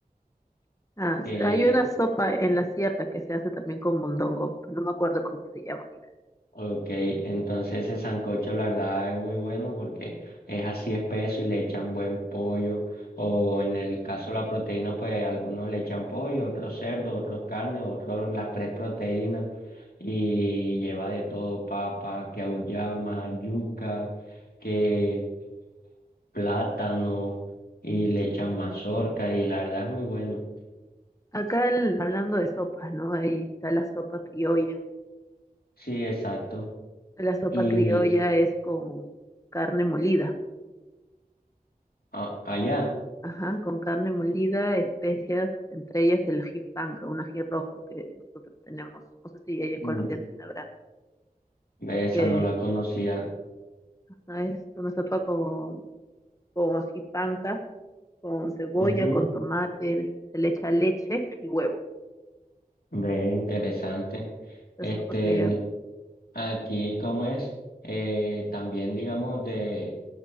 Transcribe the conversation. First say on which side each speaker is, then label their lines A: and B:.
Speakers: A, on the left; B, on the left.
A: Ah,
B: que
A: s- hay una sopa en la sierra que se hace también con mondongo, pero no me acuerdo cómo se llama ahorita.
B: Ok, entonces ese sancocho la verdad es muy bueno porque es así espeso y le echan buen pollo o en el caso de la proteína pues algunos le echan pollo, otros cerdo, otros carne, otros las tres proteínas y lleva de todo papa, que auyama, yuca, que plátano y le echan mazorca y la verdad es muy bueno.
A: Acá el- hablando de sopas, ¿no? Ahí está la sopa criolla.
B: Sí, exacto.
A: La sopa
B: Y
A: criolla es con carne molida,
B: a- allá,
A: ajá, con carne molida, especias, entre ellas el ají panca, un ají rojo que nosotros tenemos. No sé si allá en
B: mm,
A: Colombia también habrá,
B: esa
A: que
B: no la conocía.
A: ah, es una sopa con, con ají panca, con cebolla,
B: Ujú,
A: con tomate, se le echa leche y huevo.
B: Ve, interesante.
A: La
B: Este,
A: sopa criolla
B: n- aquí como es, eh, también digamos de,